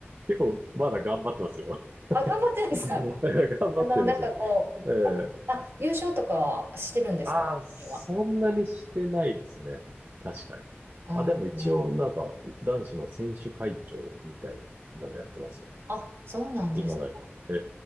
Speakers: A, on the right (about 50°); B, on the right (about 65°).
A: 結構まだ頑張ってますよ。<laughs>
B: あ、頑張ってるんですか
A: 頑張ってますよ。
B: あの、なんかこう、
A: ええ
B: あ、優勝とかはしてるんですか最近は。
A: ああ、そんなにしてないですね。確かに。
B: うん。
A: まあ、でも一応、なんか、男子の選手会長みたいなのやってますよ。
B: あ、そうなんですか。
A: 今だに。え